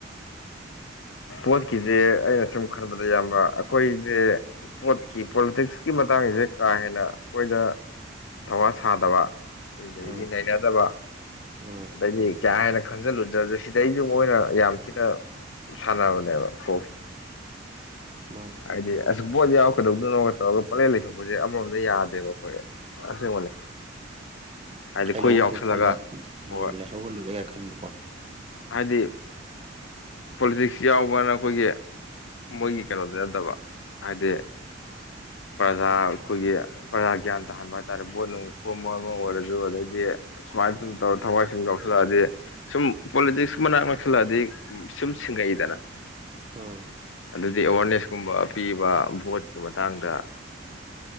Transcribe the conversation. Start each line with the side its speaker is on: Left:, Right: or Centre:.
Left: ꯕꯣꯠꯀꯤꯁꯦ ꯑꯩꯅ ꯁꯨꯝ ꯈꯟꯕꯗ ꯏꯌꯥꯝꯕ ꯑꯩꯈꯣꯏꯁꯦ ꯕꯣꯠꯀꯤ ꯄꯣꯂꯤꯇꯤꯛꯁꯀꯤ ꯃꯇꯥꯡꯁꯦ ꯀꯥ ꯍꯦꯟꯅ ꯑꯩꯈꯣꯏꯗ ꯊꯋꯥ ꯁꯥꯗꯕ ꯗꯒꯤ
Right: ꯎꯝ
Left: ꯅꯩꯅꯗꯕ
Right: ꯎꯝ
Left: ꯑꯗꯩꯗꯤ ꯀꯌꯥ ꯍꯥꯏꯦꯅ ꯈꯟꯖꯜꯂꯨꯁꯤꯜꯂꯁꯨ ꯁꯤꯗꯩꯁꯨ ꯃꯣꯏꯅ ꯌꯥꯝ ꯊꯤꯅ ꯁꯥꯟꯅꯕꯅꯦꯕ ꯀꯣꯛꯁꯦ
Right: ꯃꯥꯅꯦ
Left: ꯍꯥꯏꯗꯤ ꯑꯁ ꯕꯣꯠ ꯌꯥꯎꯔꯀꯗꯧꯣꯏꯅꯣꯒ ꯇꯧꯔꯒ ꯄꯂꯦꯟ ꯂꯩꯊꯣꯛꯄꯁꯦ ꯑꯃꯔꯣꯝꯗ ꯌꯥꯗꯦꯕ ꯑꯩꯈꯣꯏ ꯑꯁꯦꯡꯕꯅꯦ ꯍꯥꯏꯗꯤ ꯑꯩꯈꯣꯏ
Right: ꯑꯩ ꯂꯧꯝꯇꯧ
Left: ꯌꯥꯎꯁꯜꯂꯒ
Right: ꯈꯔꯗ
Left: ꯍꯣꯏ
Right: ꯎꯝ ꯂꯩꯍꯧꯔ ꯂꯣꯏꯔꯦꯒꯥꯏ ꯈꯟꯕꯀꯣ
Left: ꯍꯥꯏꯗꯤ ꯄꯣꯂꯤꯇꯤꯛꯁ ꯌꯥꯎꯕꯅ ꯑꯩꯈꯣꯏꯒꯤ ꯃꯣꯏꯒꯤ ꯀꯩꯅꯣꯗꯤ ꯅꯠꯇꯕ ꯍꯥꯏꯗꯤ ꯄ꯭ꯔꯖꯥ ꯑꯩꯈꯣꯏꯒꯤ ꯄ꯭ꯔꯖꯥ ꯒ꯭ꯌꯥꯟ ꯇꯥꯍꯟꯕ ꯍꯥꯏꯇꯥꯔꯦ ꯕꯣꯠ ꯅꯨꯡ ꯈꯣꯝꯕ ꯑꯃ ꯑꯣꯏꯔꯁꯨ ꯑꯗꯩꯗꯤ ꯁꯨꯃꯥꯏꯅ ꯇꯧꯔ ꯊꯋꯥꯏꯁꯤꯡꯟ ꯌꯥꯎꯁꯜꯂꯛꯑꯗꯤ ꯁꯨꯝ ꯄꯣꯂꯤꯇꯤꯛꯁ ꯃꯅꯥꯛ ꯅꯛꯊꯜꯂꯛꯑꯗꯤ ꯁꯨꯝ ꯁꯤꯡꯉꯛꯏꯗꯅ
Right: ꯑꯝ
Left: ꯑꯗꯨꯗꯤ ꯑꯦꯋꯥꯔꯅꯦꯁꯀꯨꯝꯕ ꯄꯤꯕ ꯚꯣꯠꯀꯤ ꯃꯇꯥꯡꯗ